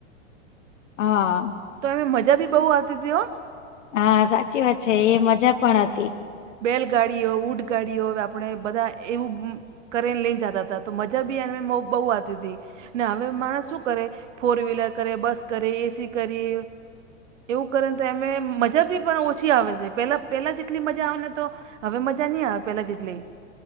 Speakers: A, on the left (about 80°); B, on the right (about 75°).
A: હા
B: તો એમે મજા બી બોવ આવતી હતી હો
A: હા સાચી વાત છે એ મજા પણ હતી
B: રેલગાડીઓ ઊંટ ગાડીઓ આપણે બધા એવું કરીને લઈને જતા હતા તો મજા બી એને બોવ આવતી હતી ને હવે માણસ શું કરે, ફોર વ્હીલર કરે, બસ કરે એસી કરી એવું કરે ને તો એમે મજા બી પણ ઓછી આવે છે પેલા પેલા જેટલી મજા આવે ને તો હવે મજા નહી આવે પેલા જેટલી